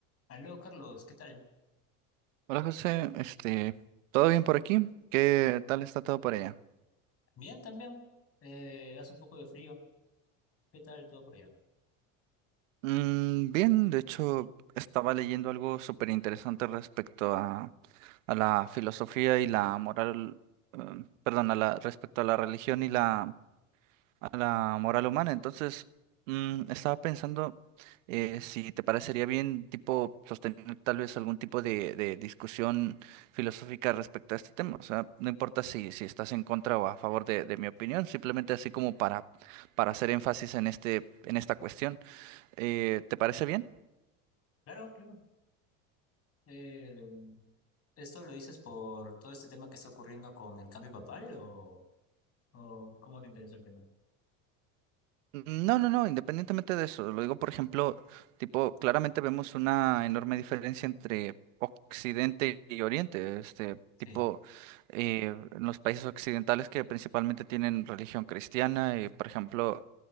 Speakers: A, on the left (about 40°); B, on the right (about 80°).
A: Aló, Carlos, ¿qué tal?
B: Hola José, este, ¿todo bien por aquí? ¿Qué tal está todo por allá?
A: Bien, también. Eh, hace un poco de frío. ¿Qué tal todo por allá?
B: Mm, bien, de hecho estaba leyendo algo súper interesante respecto a, a la filosofía y la moral, eh, perdón, a la, respecto a la religión y la la moral humana. Entonces, mm, estaba pensando eh, si te parecería bien, tipo, sostener tal vez algún tipo de, de discusión filosófica respecto a este tema. O sea, no importa si, si estás en contra o a favor de, de mi opinión, simplemente así como para, para hacer énfasis en este, en esta cuestión. Eh, ¿te parece bien?
A: Claro, claro. Eh, ¿esto lo dices por todo este tema que está ocurriendo con el cambio papal o, o cómo te interesó el tema?
B: No, no, no, independientemente de eso, lo digo por ejemplo, tipo, claramente vemos una enorme diferencia entre Occidente y Oriente, este
A: Sí.
B: tipo, eh, en los países occidentales que principalmente tienen religión cristiana y por ejemplo,